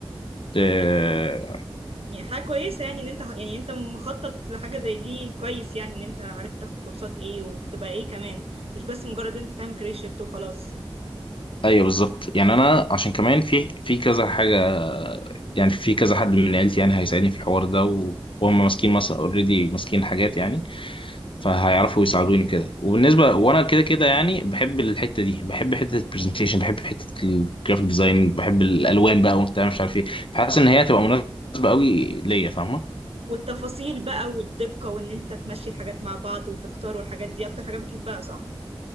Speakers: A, on the right; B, on the left.
A: طب
B: إيه،
A: ده يعني حاجة كويسة يعني ان انت يعني انت مخطط لحاجة زي دي كويس يعني ان انت عارف تاخد كورسات ايه وهتبقى ايه كمان مش بس مجرد ان انت تعمل كارير شيفت وخلاص
B: ايوه بالظبط يعني انا عشان كمان في في كذا حاجه يعني في كذا حد من عيلتي يعني هيساعدني في الحوار ده و- وهم ماسكين مثلا اوريدي ماسكين حاجات يعني فهيعرفوا يساعدوني كده وبالنسبه وانا كده كده يعني بحب الحته دي بحب حته البرزنتيشن بحب حته الجرافيك ديزاين بحب الالوان بقى وبتاع مش عارف ايه فحاسس ان هي هتبقى مناسبه قوي ليا فاهمه
A: والتفاصيل بقى والدقة وان انت تمشي الحاجات مع بعض وتختار والحاجات دي اكتر حاجة بتحبها صح